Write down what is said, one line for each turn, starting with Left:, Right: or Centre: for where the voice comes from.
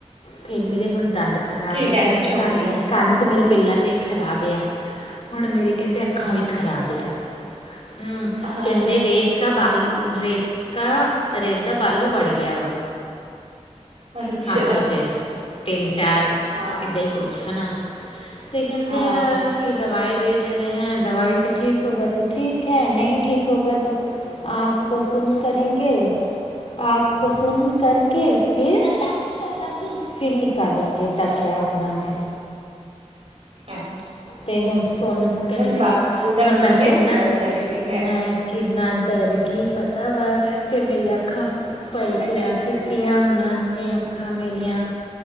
Left: ਫਿਰ ਮੇਰੇ ਹੁਣ ਦੰਦ ਖ਼ਰਾਬ
Right: ਕੀ
Left: ਹੋ
Right: ਡੈਮੇਜ
Left: ਗਏ ਕੰਨ
Right: ਗਈ ਆ
Left: ਕੰਨ ਤੇ ਮੇਰੇ ਪਹਿਲਾਂ ਤੋਂ ਹੀ ਖਰਾਬ ਆ ਹੁਣ ਮੇਰੇ, ਕਹਿੰਦੇ ਅੱਖਾਂ
Right: ਹਾਂ
Left: ਵੀ ਖਰਾਬ ਆ ਹੂੰ,
Right: ਹਾਂ
Left: ਕਹਿੰਦੇ ਰੇਤ ਕਾ ਬਾਲ ਰੇਤ ਕਾ ਰੇਤ ਦਾ ਬਾਲੂ ਵੜ ਗਿਆ ਵਾ
Right: ਅੱਛਾ,
Left: ਅੱਖ 'ਚ ਤਿੰਨ ਚਾਰ
Right: ਹਾਂ
Left: ਏਦਾਂ ਹੀ ਕੁੱਛ ਹਨਾ ਤੇ ਕਹਿੰਦੇ
Right: ਹਾਂ
Left: ਆ ਕਿ ਦਵਾਈ ਦੇ ਦੇ ਰਹੇ ਹੈ ਦਵਾਈ ਸੇ ਠੀਕ ਹੋਗਾ ਤੋਂ, ਠੀਕ ਹੈ, ਨਹੀਂ ਠੀਕ ਹੋਗਾ, ਤੋਂ ਆਂਖ ਕੋ ਸੁੰਨ ਕਰੇਂਗੇ। ਆਂਖ ਕੇ ਸੁੰਨ ਕਰਕੇ ਫਿਰ <inaudible> ਫਿਰ ਨਿਕਾਂਲੇ ਗੇ <unintelligible>
Right: ਅਹ,
Left: ਤੇ ਹੁਣ ਸੋਨੂੰ ਕਹਿੰਦੇ
Right: ਬਾਪੂ ਦਾ
Left: ਪਰ
Right: ਮਿਲ
Left: ਮੈਂ
Right: ਗਿਆ
Left: ਕਿੰਨਾ
Right: ਸੀ ਬਰਥ ਸਰਟੀਫਿਕੇਟ
Left: ਮੈਂ ਕਿੰਨਾ ਡਰ ਕੀ ਪਤਾ ਵਾ ਫਿਰ ਮੇਰੀਆਂ ਅੱਖਾਂ ਪਲਟੀਆਂ ਕੀਤੀਆਂ ਉਹਨਾਂ ਨੇ ਅੱਖਾਂ ਮੇ <inaudible> ਮੇਰੀ